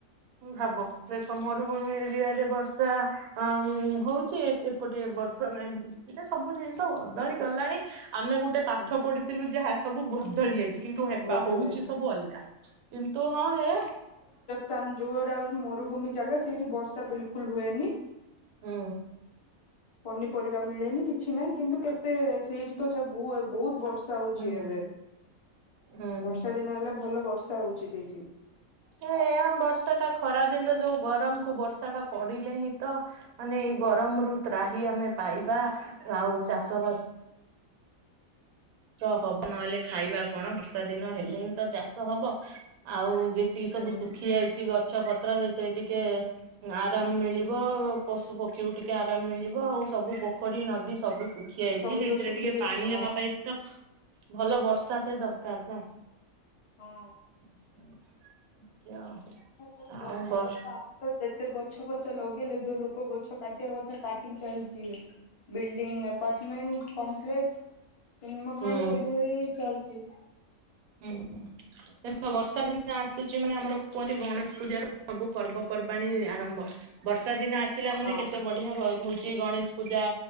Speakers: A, on the right; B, on the left.
A: ଭାବ ଦେଖ ମରୁଭୂମି ଏରିଆ ରେ ବର୍ଷା ଅ ହଉଛି ଗୋଟଏ ବର୍ଷ ନାଇଁ ଧୀରେ ଧୀରେ ସବୁ ଜିନିଷ ବଦଳି ଗଲାଣି ଆମେ ଗୋଟେ ପାଠ
B: ହୁଁ
A: ପଢି ଥିଲୁ ଯାହା ସବୁ ବଦଳି ଯାଇଛି। କିନ୍ତୁ ହେବା
B: ବଦଳି
A: ହଉଛି
B: ଯାଇଛି।
A: ସବୁ ଅଲଗା କିନ୍ତୁ ହଁ ହେ
B: ତାନ ଯୋଉରା ମରୁଭୂମି ଜାଗା ସେଇଠି ବର୍ଷା ବିଲକୁଲ ହୁଏନି।
A: ହୁଁ।
B: ପନିପରିବା ମିଳେନି କିଛି ନାହିଁ କିନ୍ତୁ କେତେ ସେଇଠି ତ ବହୁତ ବର୍ଷା ହଉଛି
A: ହୁଁ
B: ଏବେ।
A: ହୁଁ
B: ବର୍ଷା ଦିନ ହେଲେ ଭଲ ବର୍ଷା ହଉଛି ସେଇଠି।
A: ହେ ଏୟା ବର୍ଷା ଟା ଖରା ଦିନର ଯୋଉ ଗରମ କୁ ବର୍ଷା ଟା ପଡିଲେ ହିଁ ତ ମାନେ ଏଇ ଗରମ ରୁ ତ୍ରାହି ଆମେ ପାଇବା ଆଉ
B: ହଁ
A: ଚାଷବାସ ଚାଷ ହବ ନହେଲେ ଖାଇବା କଣ ବର୍ଷା ଦିନ ହେଲେ ହିଁ ତ ଚାଷ ହବ, ଆଉ ତିକି
B: ହୁଁ।
A: ସବୁ ଶୁଖି ଯାଇଛି ଗଛ ପତ୍ର ସେଥିରେ ଟିକେ ଆରାମ ମିଳିବ। ପଶୁ ପକ୍ଷୀକୁ ଟିକେ ଆରାମ ମିଳିବ ଆଉ ସବୁ ପ ଖରୀ ନଦୀ ସବୁ ଶୁଖି ଯାଇଚି
B: ସବୁ
A: ସେଇଥିରେ
B: ତ ଶୁଖି
A: ଟିକେ
B: ଯାଇଛି
A: ପାଣି
B: ହଁ
A: ହେବା ପାଇଁ ତ ଭଲ ବର୍ଷାଟେ ଦରକାର ନା।
B: ହଁ।
A: <inaudible> ଏମତି ଆଉ
B: ଯୋଉ ବର୍ଷା
A: ଆଉ ଏ ବସ୍
B: ବର୍ଷା ଆମେ ତ ଯେତେ ଗଛ ଫଛ ଲଗେଇଲେ ଯୋଉ ଲୋକ ଗଛ କାଟିବା କଥା କାଟିକି ଚାଲିଯିଏ। ବଲଡିଂ, ଆପାର୍ଟମେଣ୍ଟସ୍, କପ୍ଲେକ୍ସ, ସିନେମା
A: ହୁଁ
B: ହଲ, ସବୁ <unintelligible> ଚାଲଚି।
A: ହୁଁ। ଦେଖ ବର୍ଷା ଦିନ ଆସୁଚି ମାନେ ଆମର କୁହନ୍ତି ଗଣେଶ ପୂଜର ସବୁ ପର୍ବପର୍ବାଣୀ ଆରମ୍ଭ। ବର୍ଷା ଦିନ ଆସିଲା ମାନେ
B: ହଁ
A: କେତେ ବଢିଆ ବ-ହୋଉଚି ଗଣେଶ ପୂଜା